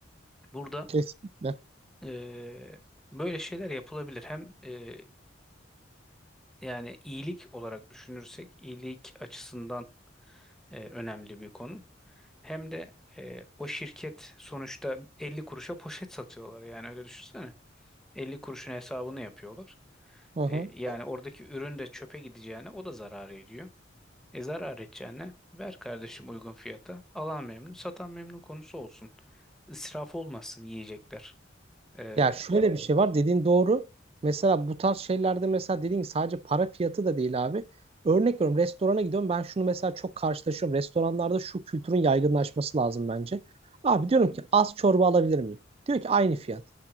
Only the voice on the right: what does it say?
Kesinlikle.
Hı hı.
Ya şöyle bir şey var dediğin doğru. Mesela bu tarz şeylerde mesela dediğin gibi sadece para fiyatı da değil abi. Örnek veriyorum restorana gidiyorum ben şunu mesela çok karşılaşıyorum. Restoranlarda şu kültürün yaygınlaşması lazım bence. Abi diyorum ki az çorba alabilir miyim? Diyor ki aynı fiyat.